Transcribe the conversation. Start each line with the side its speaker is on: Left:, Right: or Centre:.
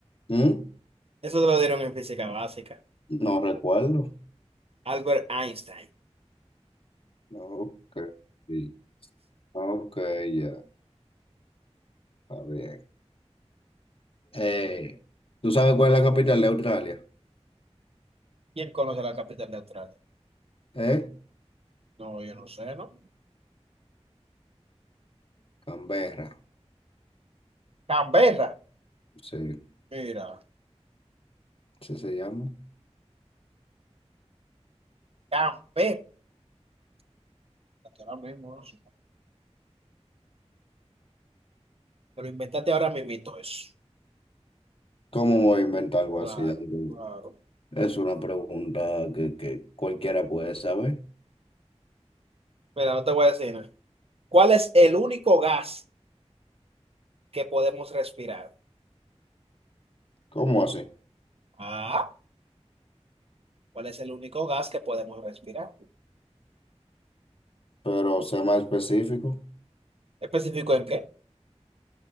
Left: ¿Mm?
Right: Eso te lo dieron en física básica.
Left: No recuerdo.
Right: Albert Einstein.
Left: Ok, sí. ok, ya, está bien. Eh, ¿tú sabes cuál es la capital de Australia?
Right: ¿Quién conoce la capital de Australia?
Left: ¿Eh?
Right: No, yo no sé, ¿no?
Left: Canberra,
Right: Canberra,
Left: sí,
Right: Mira,
Left: sí se llama.
Right: Canberra. ahora mismo eso. Te lo inventaste ahora mismito eso.
Left: ¿Cómo voy a inventar algo
Right: Claro,
Left: así? Algo-
Right: claro.
Left: Es una pregunta que, que cualquiera puede saber.
Right: Mira, no te voy a decir nada. ¿Cuál es el único gas que podemos respirar?
Left: ¿Cómo así?
Right: Ah, ¿cuál es el único gas que podemos respirar?
Left: Pero sea más específico.
Right: ¿Específico en qué?